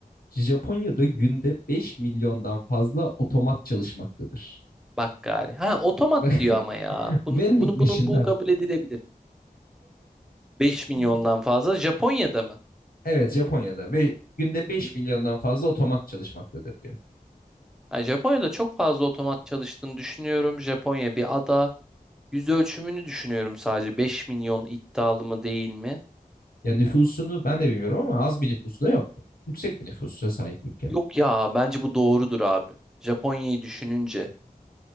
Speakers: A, on the left; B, in the centre.
A: Japonya'da günde 5 milyondan fazla otomat çalışmaktadır.
B: Bak gari. Ha otomat
A: <laughs>
B: diyor ama ya. Bunu
A: Vending
B: bunu
A: machine'ler.
B: bunu bu kabul edilebilir. Beş milyondan
A: <laughs>
B: fazla Japonya'da mı?
A: Evet Japonya'da ve günde 5 milyondan fazla otomat çalışmaktadır diyor.
B: Ha, Japonya'da çok fazla otomat çalıştığını düşünüyorum. Japonya bir ada. Yüz ölçümünü düşünüyorum sadece. beş milyon iddialı mı değil mi?
A: Ya nüfusunu ben de bilmiyorum ama az bir nüfusu da yok. Yüksek bir nüfusa sahip ülke.
B: Yok ya bence bu doğrudur abi. Japonya'yı düşününce.